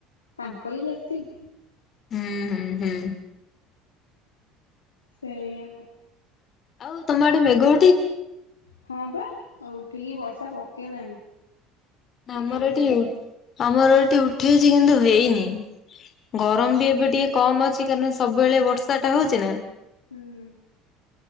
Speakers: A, on the left (about 85°); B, on the left (about 45°).
A: ତାଙ୍କରି ଜାତି।
B: ହୁଁ ହୁଁ ହୁଁ।
A: ସେଇ ଆଉ।
B: ଆଉ ତମ ଆଡ଼େ ମେଗ
A: ହଁ ବା ଅ ଉଠିକି ବର୍ଷା ପକେଇଲାଣି।
B: ଆମର
A: ଟିକେ ଟିକେ
B: ଏଠି ଉଁ ଆମର ଏଠି ଉଠେଇଛି କିନ୍ତୁ ହେଇନି। ଗରମ ବି ଏବେ ଟିକେ କମ୍ ଅଛି କାରଣ ସବୁବେଳେ ବର୍ଷା ଟା ହୋଉଛି ନା।
A: ହୁଁ